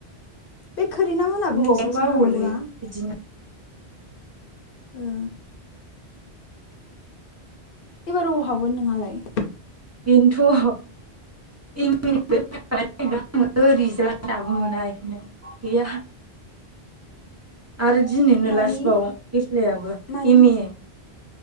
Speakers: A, on the left; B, on the right.
A: बे खोरिना मोनाबो
B: गोबावबा
A: नोंसोरनिथिं
B: बावोलै
A: थांनांगौ ना
B: बिदिनो
A: ओ एबार अबाव हाबगोन नोंहालाय?
B: बेनोथ' <unintelligible> रिजालानो दाबो मोना इखोनो गैया। आरो दिनैनो
A: मानि
B: लास्बाव एफ्लायाबो
A: मानि
B: M A